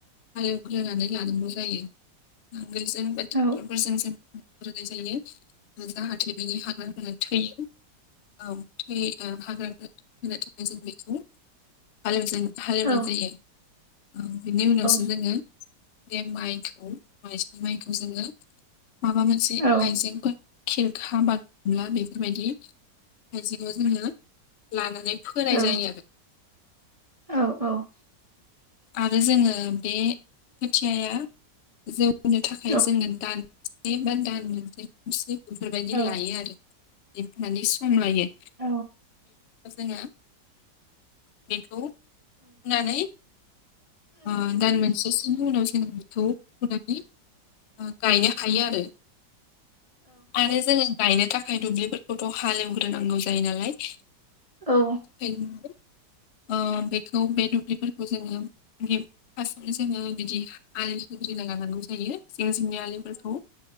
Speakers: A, on the left; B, on the right.
A: हालौग्रोनानै लानांगौ जायो। <unintelligible>
B: औ
A: ग्रोनाय जायो जाहाथे बिनि हाग्राफोरा थैयो औ। हाग्रा होनो थाखाय जों बेखौ हव हालेवनाय
B: औ
A: जायो <unintelligible> ओ बिनि उनावसो
B: औ
A: जोंङो बे माइखौ माइज्लि माइखौ जोंङो। माबा मोनसे
B: औ
A: आइजेंफोर।
B: औ
A: खेरखा बा गामला बेफोरबायदि आइजेंखौ जोंङो लाना। नै फोनाय
B: औ औ
A: जायो। आरो
B: औ औ।
A: आरो जोंङो बे खोथियाया जों। फोनो थाखाय
B: औ
A: जोंङो दान मोनसे बा दान मोननैसो बेफोरबायदि लायो
B: औ
A: आरो। बिब माने सम लायो।
B: औ
A: जोंङो बेखौ होननानै। ओ दान मोनसेसोनि उनाव जों बेखौ फोनानै। ओ गायनो हायो आरो आरो जों। गायनो थाखायथ दुब्लिफोरखौथ हालेवग्रोनांगौ जायो नालाय।
B: औ।
A: न <unintelligible> ओ बेखौ बे दुब्लिफोरखौ जोंङो बि फार्टआवनो जोंङो बिदि आलि खो। खोथेना लानांगौ जायो जे जोंनि आलिफोरखौ।